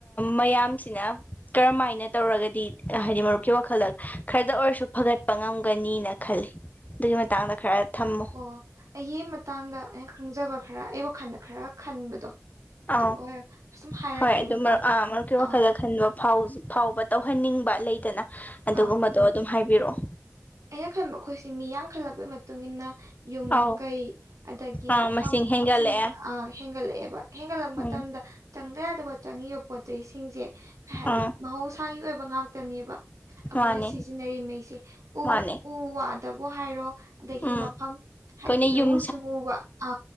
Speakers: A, on the left (about 30°); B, on the right (about 85°).
A: ꯃꯌꯥꯝꯁꯤꯅ ꯀꯔꯝꯍꯥꯏꯅ ꯇꯧꯔꯒꯗꯤ ꯑꯦ ꯍꯥꯏꯗꯤ ꯃꯔꯨꯞ ꯀꯤ ꯋꯥꯈꯜꯗ ꯈꯔꯗ ꯑꯣꯏꯔꯁꯨ ꯐꯒꯠꯄ ꯉꯝꯒꯅꯤꯅ ꯈꯜꯂꯤ ꯑꯗꯨꯒꯤ ꯃꯇꯥꯡꯗ ꯈꯔ ꯊꯝꯃꯨ
B: ꯑꯣ ꯑꯩꯒꯤ ꯃꯇꯥꯡꯗ ꯑꯩꯅ ꯈꯪꯖꯕ ꯈꯔ ꯑꯩ ꯋꯥꯈꯟꯗ ꯈꯔ ꯈꯟꯕꯗꯣ ꯑꯗꯨ
A: ꯑꯥꯎ
B: ꯑꯣꯏꯔ ꯁꯨꯝ ꯍꯥꯏꯔꯛꯀꯦꯕꯀꯣ
A: ꯍꯣꯏ ꯑꯗꯨꯝꯕ ꯑꯥ ꯃꯔꯨꯞꯀꯤ ꯋꯥꯈꯜꯗꯥ
B: ꯑꯥ
A: ꯈꯟꯕ ꯐꯥꯎꯕ ꯇꯧꯍꯟꯅꯤꯡꯕ ꯂꯩꯗꯅ ꯑꯗꯨꯒꯨꯝꯕꯗꯣ
B: ꯑꯥ
A: ꯑꯗꯨꯝ ꯍꯥꯏꯕꯤꯔꯛꯑꯣ
B: ꯑꯩꯅ ꯈꯟꯕ ꯑꯩꯈꯣꯏꯁꯤ ꯃꯤ ꯌꯥꯝꯈꯜꯂꯛꯄꯩ ꯃꯇꯨꯡꯏꯟꯅ ꯌꯨꯝ
A: ꯑꯧ
B: ꯀꯩ ꯑꯗꯒꯤ
A: ꯑꯥ
B: ꯃꯐꯝ
A: ꯃꯁꯤꯡ ꯍꯦꯟꯒꯠꯂꯛꯑꯦ
B: ꯁꯤꯡ ꯑ ꯍꯦꯟꯒꯠꯂꯛꯑꯦꯕ ꯍꯦꯟꯒꯠꯂꯛ ꯃꯇꯝꯗ
A: ꯎꯝ
B: ꯆꯪꯗ ꯌꯥꯗꯕ ꯆꯪꯉꯤꯕ ꯄꯣꯠꯆꯩ ꯁꯤꯡꯁꯦ ꯀꯩ ꯍꯥꯏꯗꯤ
A: ꯑꯥ
B: ꯃꯍꯧꯁꯥꯒꯤ ꯑꯣꯏꯕ ꯉꯥꯛꯇꯅꯦꯕ ꯑꯩꯈꯣꯏꯅ
A: ꯃꯥꯅꯦ
B: ꯁꯤꯖꯤꯟꯅꯔꯤ ꯃꯩꯁꯦ ꯎ
A: ꯃꯥꯅꯦ
B: ꯎ ꯋꯥꯗꯕꯨ ꯍꯥꯏꯔꯣ ꯑꯗꯒꯤ
A: ꯎꯝ
B: ꯃꯐꯝ
A: ꯑꯩꯈꯣꯏꯅ
B: ꯍꯥꯏꯗꯤ ꯂꯧꯎ
A: ꯌꯨꯝ
B: ꯁꯤꯡꯎꯕ ꯑ